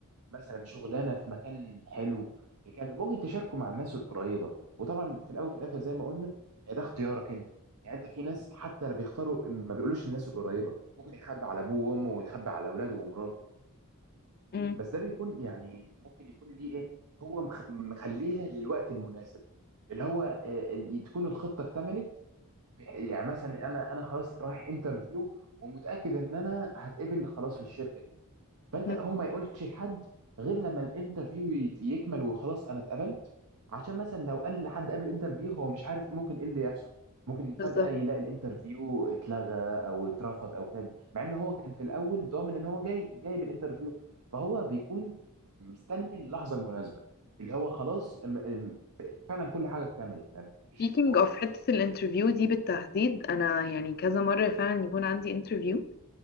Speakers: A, on the right; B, on the left.
A: مثلا شغلانه في مكان حلو الكلام ده ممكن تشاركه مع الناس القريبه وطبعا في الاول وفي الاخر زي ما قلنا يعني ده اختيارك انت يعني انت في ناس حتى لا بيختاروا ما بيقولوش للناس القريبه ممكن يخبي على ابوه وامه ويخبي على اولاده ومراته
B: مم.
A: بس ده بيكون يعني ممكن يكون ليه ايه هو مخ- مخليها للوقت المناسب اللي هو آه، ال- تكون الخطه اكتملت بح- يعني مثلا انا انا خلاص رايح انترفيو ومتاكد ان انا هتقبل خلاص في الشركه دي فانت
B: مم.
A: هو ما يقولش لحد غير لما الانترفيو يت- يكمل وخلاص انا اتقبلت عشان مثلا لو قال لحد قبل الانترفيو هو مش عارف ممكن ايه اللي يحصل ممكن فجأة
B: بالظبط
A: يلاقي الانترفيو اتلغى او اترفض او كده مع ان هو كان في الاول ضامن ان هو جاي جاي بالانترفيو فهو بيكون مستني اللحظة المناسبة اللي هو خلاص ام- ام- ف- فعلا كل حاجة اكتملت ما فيش
B: speaking
A: رجوع
B: of حتة الانترفيو دي بالتحديد انا يعني كذا مرة فعلا يكون عندي انترفيو